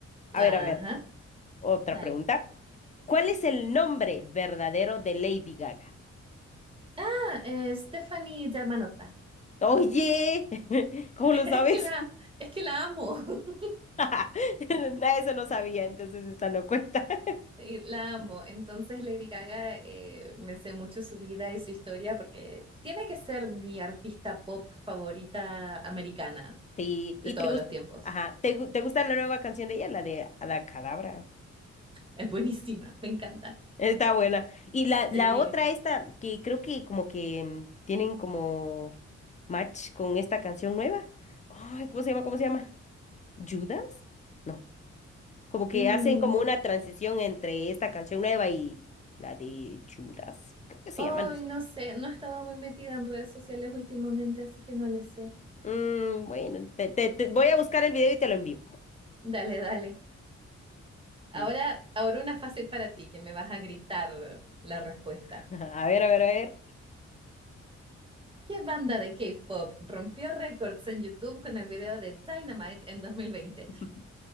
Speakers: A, on the left (about 25°); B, on the right (about 20°).
A: A
B: Ajá,
A: ver, a ver, otra
B: dale.
A: pregunta. ¿Cuál es el nombre verdadero de Lady Gaga?
B: Ah, eh, Stephanie Germanotta.
A: Oye, <laughs> ¿cómo
B: <laughs>
A: lo sabes?
B: Es que la, es que la amo. <laughs>
A: <laughs> Nada, eso no sabía, entonces esta no cuenta. <laughs>
B: Sí, la amo. Entonces Lady Gaga, eh, me sé mucho su vida y su historia porque tiene que ser mi artista pop favorita americana
A: Sí, ¿y
B: de todos
A: te gusta?
B: los tiempos.
A: Ajá, ¿te, gu- te gusta la nueva canción de ella, la de Abacadabra?
B: Es buenísima, me encanta.
A: Está buena. Y la, la
B: Sí.
A: otra, esta, que creo que como que mm, tienen como match con esta canción nueva. Ay, ¿cómo se llama? ¿Cómo se llama? ¿Judas? No. Como que
B: Mm,
A: hacen como una transición entre esta canción nueva y la de Judas. Creo que se
B: Ay,
A: llama, no sé.
B: no sé, no he estado muy metida en redes sociales últimamente, así que no le sé.
A: Mm, bueno, te, te- te- voy a buscar el video y te lo envío.
B: Dale, dale. Ahora,
A: Ni-
B: ahora una fácil para ti, que me vas a gritar la respuesta.
A: <laughs> A ver, a ver, a ver.
B: ¿Qué banda de K-pop rompió récords en YouTube con el video de Dynamite en 2020?
A: <laughs>